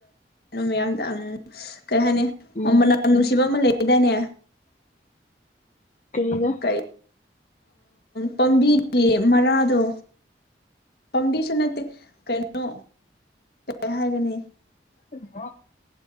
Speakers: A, on the left; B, on the left.
A: ꯔꯛꯑꯣ ꯃꯌꯥꯝꯗꯪ ꯀꯩ ꯍꯥꯏꯅꯤ
B: ꯎꯝ
A: ꯃꯅꯝ ꯅꯨꯡꯁꯤꯕ ꯑꯃ ꯂꯩꯗꯥꯏꯅꯦ
B: ꯀꯒ
A: ꯀ ꯄꯥꯝꯕꯤꯒꯤ ꯃꯔꯥꯗꯣ ꯐꯥꯎꯗꯤꯦꯁꯟ ꯅꯠꯇ ꯀꯩꯅꯣ ꯀ ꯍꯥꯏꯒꯅꯤ
B: ꯣ